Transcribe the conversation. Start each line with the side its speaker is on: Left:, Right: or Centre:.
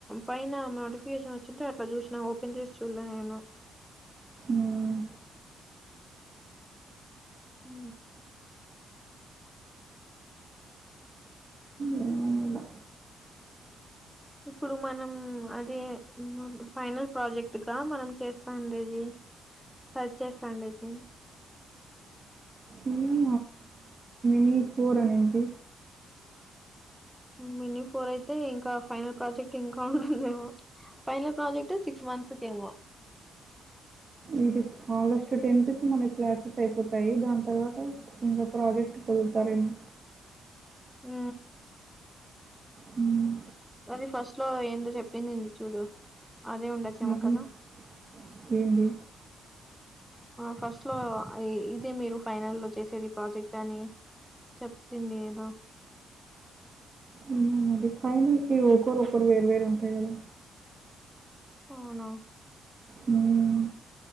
Centre: పైన నోటిఫికేషన్ వచ్చింటే అట్లా చూసినా ఓపెన్ చేసి చూలే నేను
Right: మ్మ్.
Centre: ఆ
Right: ఏమో మల్ల
Centre: ఇప్పుడు మనం అదే ఫైనల్ ప్రాజెక్టుక మనం చేస్తాండేది సర్చ్ చేస్తాండేది
Right: మ మ <unintelligible> ఫోర్ అనింది
Centre: మినీ ఫోర్ అయితే ఇంకా ఫైనల్ ప్రాజెక్ట్ ఇంకా ఉంటుందేమో ఫైన ప్రాజెక్ట్ సిక్స్ మంత్స్ ఏమో
Right: ఇది ఆగస్ట్ టెన్త్ కి మన క్లాసెస్ అయిపోతాయి దాని తర్వాత ఇంకా ప్రాజెక్ట్ కి వదులుతారేమో
Centre: ఆ
Right: హ్మ్.
Centre: అది ఫస్ట్ లో ఏందో చెప్పిందింది చూడు అదే ఉండొచ్చేమో
Right: అవును. ఏమో
Centre: కదా
Right: ఏంది
Centre: ఫస్ట్ లో ఇదే మీరు ఫైనల్ లో చేసేది ప్రాజెక్ట్ అని చెప్తుంది ఏదో
Right: ఉమ్ అదే ఫైనల్ కి ఒకరు ఒక్కొక్కరు వేరు వేరు ఉంటాయి కదా
Centre: అవును
Right: హ్మ్.